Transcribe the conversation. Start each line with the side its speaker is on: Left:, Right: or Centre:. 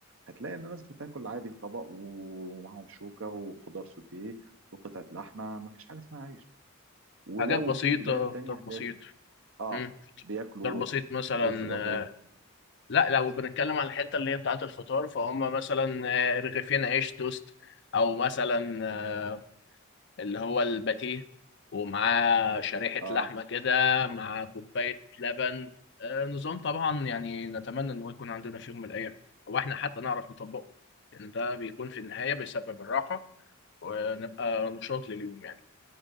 Right: هتلاقي ان الناس بتاكل عادي طبق ومعاهم شوكه وخضار سوتيه وقطعه لحمه ما فيش حاجه اسمها عيش ولو
Left: حاجات بسيطة
Right: في بلاد تانية
Left: فطار
Right: هتلاقي
Left: بسيط
Right: اه
Left: مم.
Right: بياكلوا
Left: فطار
Right: رز
Left: بسيط مثلا
Right: الرز برضه
Left: آه، لا لو بنتكلم على الحتة اللي هي بتاعة الفطار فهم مثلا آه، رغيفين عيش توست أو مثلا آه، اللي هو الباتيه ومعاه شريحة
Right: اه
Left: لحمة كده مع كوباية لبن آه، نظام طبعا يعني نتمنى إن هو يكون عندنا في يوم من الأيام أو إحنا حتى نعرف نطبقه لأن ده بيكون في النهاية بيسبب الراحة ونبقى نشاط لليوم يعني